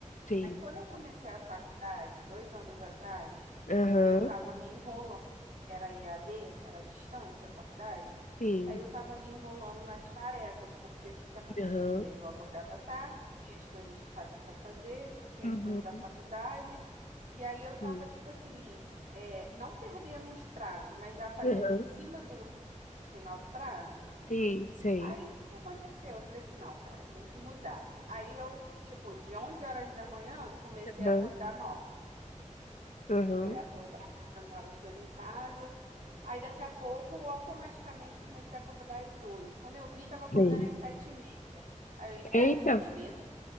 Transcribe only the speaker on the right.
Aí, quando eu comecei a faculdade, dois anos atrás,
eu estava me enrolando, que era EAD, era à distância, a faculdade.
Aí eu estava me enrolando nas tarefas, porque o que que acontecia?
Eu acordava tarde, tinha as coisas de casa para fazer, tinha
as coisas da faculdade, e aí eu estava,
tipo assim, é, não perdendo os prazos, mas já fazendo
em cima do, do final do prazo.
Aí, o que que aconteceu? Eu falei assim, não, cara, eu tenho que mudar. Aí eu, tipo, de 11 horas da manhã, comecei
a acordar nove,
Aí acordava, adiantava as coisas em casa. Aí daqui a pouco, eu automaticamente, comecei a acordar às 8. Quando eu vi, tava acordando
às 7 e meia. Aí, aí
7 e meia, tá-